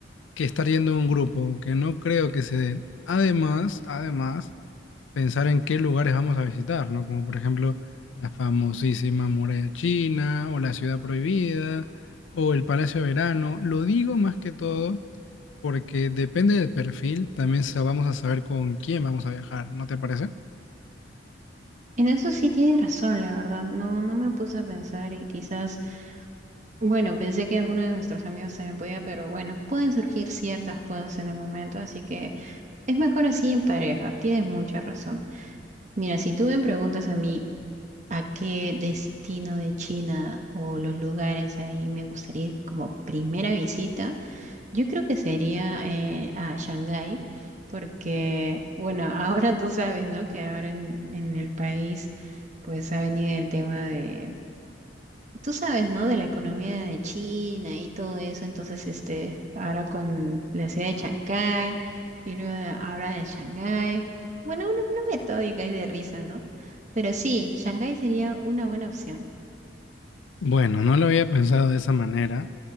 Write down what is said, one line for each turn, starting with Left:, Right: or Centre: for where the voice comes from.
Left: que estar yendo en un grupo, que no creo que se dé. Además, además pensar en qué lugares vamos a visitar, ¿no? Como por ejemplo la famosísima Muralla China o la Ciudad Prohibida o el Palacio de Verano. Lo digo más que todo porque depende del perfil, también sa- vamos a saber con quién vamos a viajar, ¿no te parece?
Right: En eso sí tienes razón, la verdad. No, no me puse a pensar y quizás, bueno, pensé que alguno de nuestros amigos se me podía, pero bueno, pueden surgir ciertas cosas en el momento, así que es mejor así en pareja. Tienes mucha razón. Mira, si tú me preguntas a mí a qué destino de China o los lugares ahí me gustaría ir como primera visita, Yo creo que sería eh, a Shanghái, porque, bueno, <laughs> ahora tú sabes, ¿no? Que ahora en, en el país, pues ha venido el tema de, tú sabes, ¿no? De la economía de China y todo eso. Entonces, este, ahora con la ciudad de Shanghái y luego de- ahora de Shanghái. Bueno, una, una metódica y de risa, ¿no? Pero sí, Shanghái sería una buena opción.
Left: Bueno, no lo había pensado de esa manera.